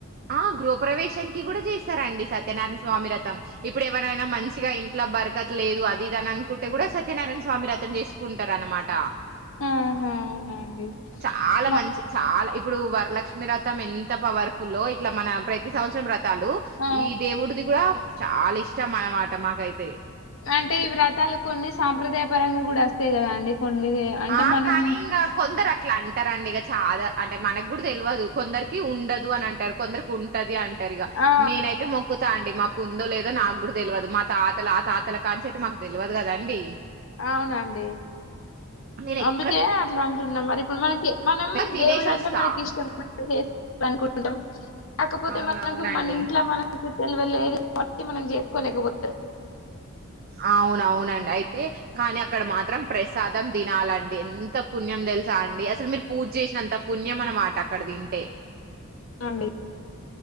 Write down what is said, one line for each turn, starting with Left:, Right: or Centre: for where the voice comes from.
Right: ఆ గృహప్రవేశానికి గుడా చేస్తారంండి, సత్యనారాయణ స్వామి వ్రతం. ఇప్పుడు ఎవరైనా, మంచిగా ఇంట్లో బత. యన్ కట్లా లేదు. అది-ఇద అనన్ కుటే గుడా, సత్యనారాయణ స్వామి వ్రతం జేసుకుంటార అనమాట.
Left: ఆహా అవునండి
Right: చాలా
Left: మ-
Right: మంచి, చాలా ఇప్. ఇప్పుడు వరలక్ష్మి వ్రతం, ఎంత పవర్ ఫుల్ లో ఇట్లా మన ప్రతి సంవత్సరం వ్రత. వ్రతాలు,
Left: ఆ.
Right: ఈ దేవుడిది కూడా చాలా ఇష్టం అనమాట మాకైతే.
Left: అంటే, ఈ వ్రతాలు కొన్ని సాంప్రదాయ పరంగా కూడా వస్తాయి కదా అండి? కొన్ని అంటే
Right: ఆ
Left: మనం
Right: కానీ, ఇంగా కొందరు అట్లా అంట. అంటారంండి ఇగా చాలా, అంటే మనకు కూడా తెల్వదు. కొందరికి ఉండదు అని అంటారు, కొందరికి ఉంటంది అం. టరిగా,
Left: ఆ!
Right: నేనైతే మొక్కుతా అండి! మాకు నాకు ఉందో లేదో? నాకు గుడా తెల్వదు? మా తాతలు, ఆ తాతల కన్నుంచి అయితే మాకు తెల్వదు కదా అండి?
Left: అవునండి!
Right: నేను ఎక్కడ
Left: అంబికే అట్లా. టున్నాం, మరి ఇప్పుడు మనకే. మనం
Right: తినేసి
Left: దేవుడు అంటే
Right: వస్తా
Left: మనకి ఇష్టం. మన <unintelligible> చేసు <unintelligible> కోవాల అనుకుండం. కాకపోతే!
Right: అవునవునండి
Left: మనకి మన ఇంట్లో, మనకి తెలివలేదు కా <unintelligible> బట్టి మనం జేసుకోలేకపోత.
Right: అవున, అవునండి. అయితే, కానీ అక్కడ మాత్రం ప్రసాదం. తినాలండి. ఎంత పుణ్యం తెలుసా అండి? అసలు మీరు పూజ చేసిన అంత పుణ్యం, అనమాట అక్కడ తింటే.
Left: అండి.